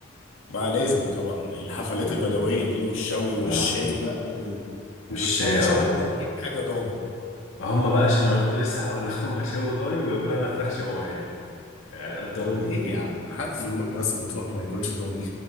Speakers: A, on the left; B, on the left.
A: ما لازم طبعا الحفلات
B: اه
A: البدوية دي والشوي والشاي
B: آه.
A: بقى وال... وبتلاقي
B: مش اه
A: شويته اكيد حاجة ضاني
B: هم بقى شم انا كنت لسه هقول لك هم شووا ضاني وجابوا لي انا فراخ شووها لي يعني قدروني
A: ايه يا عم حد يروح مرسى مطروح وما ياكلش ضاني